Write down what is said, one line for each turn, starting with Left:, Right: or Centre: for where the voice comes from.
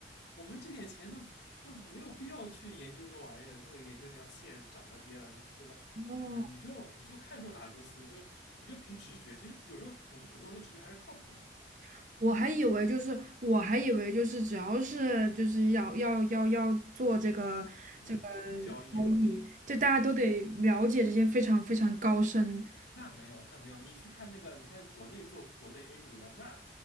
Left: 我们这点钱都都没有必要去研究那玩意儿，那个研究那条线涨了跌了，对吧？
Right: 哦，
Left: 嗯、呃你就你就看中哪个公司，就是你就凭直觉。其实有时候我们普通人的直觉还是靠谱的。
Right: <laughs> 我还以为就是我还以为就是只要是就是要要要要做这个这个
Left: 嗯，交易
Right: 交易，就大家都得了解这些非常非常高深，
Left: 那没有，那没有。你去看那个，你看国内做国内 A 股的，那